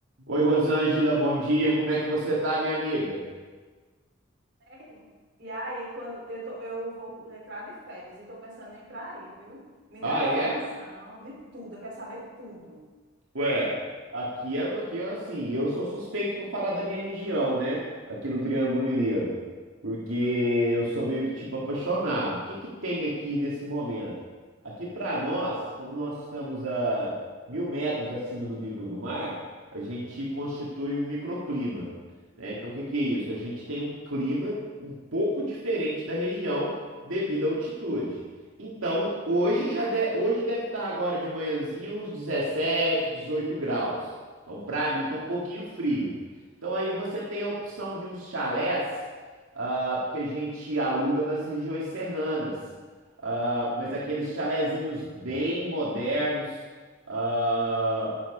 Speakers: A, on the right; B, on the right.
A: Oi, Rosângela, bom dia. Como é que você tá, minha amiga?
B: Sério? E aí, quando eu, tô- eu vou entrar de férias e tô pensando em ir para aí, viu? Me
A: Ah,
B: dá informação
A: é?
B: de tudo, eu quero saber tudo.
A: Ué, Aqui é, aqui é assim, eu sou suspeito para falar da minha região, né? Aqui no Triângulo Mineiro, porque eu sou meio que tipo apaixonado. O que que tem aqui nesse momento? Aqui para nós, como nós estamos a mil metros acima do nível do mar, a gente constitui um microclima, né? Então, o que que é isso? A gente tem um clima um pouco diferente da região devido à altitude. Então, hoje já de- hoje deve estar agora de manhãzinha uns 17, 18 graus. Então, para mim, tá um pouquinho frio. Então, aí você tem a opção de uns chalés, ah, que a gente aluga nas regiões serranas. Ah, mas aqueles chalezinhos bem modernos, ah,